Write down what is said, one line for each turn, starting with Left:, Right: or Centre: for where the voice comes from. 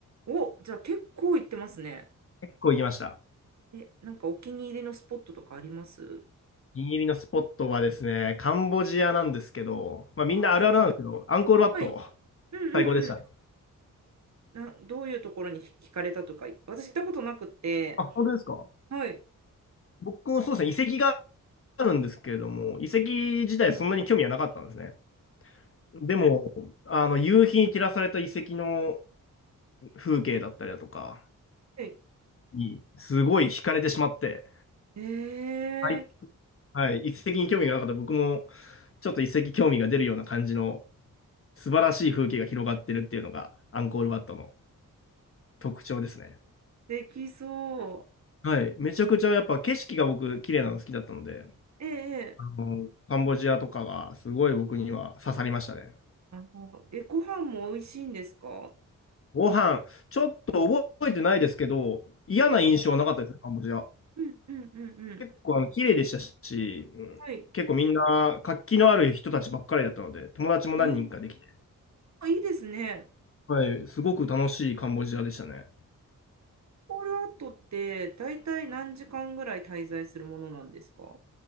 Right: お、じゃあ結構行ってますね。
Left: 結構行きました。
Right: え、なんかお気に入りのスポットとかあります
Left: お気に入りのスポットはですね、カンボジアなんですけど、まあみんなあるあるなんですけど、
Right: はい。
Left: アンコールワット、
Right: はい。うんうんうん。
Left: 最高でしたね。
Right: な、どういうところに惹惹かれたとか、私行ったことなくて。
Left: あ、本当ですか
Right: はい。
Left: 僕もそうですね、遺跡があるんですけれども、遺跡自体そんなに興味はなかったんですね。でも、あの、夕日に照らされた遺跡の風景だったりだとか
Right: え、
Left: に、すごい惹かれてしまって、
Right: え
Left: はい。
Right: ー、
Left: はい、遺跡に興味がなかった僕も、ちょっと遺跡興味が出るような感じの素晴らしい風景が広がってるっていうのが、アンコールワットの特徴ですね。
Right: できそう。
Left: はい。めちゃくちゃやっぱ景色が僕、綺麗なの好きだったので、
Right: ええええ
Left: あの、カンボジアとかがすごい僕には刺さりましたね。
Right: あの、え、ご飯も美味しいんですかは
Left: ご飯、ちょっと覚えてないですけど、嫌な印象はなかったですね、
Right: い。
Left: カンボジア。
Right: うんうんうんうん。
Left: 結構あの綺麗でしたし、うん、
Right: はい。
Left: 結構みんな活気のある人たちばっかりだったので、友達も何人かできて、
Right: えー、あいいですね。
Left: はい、すごく楽しいカンボジアでしたね。
Right: コールアウトって大体何時間ぐらい滞在するものなんですか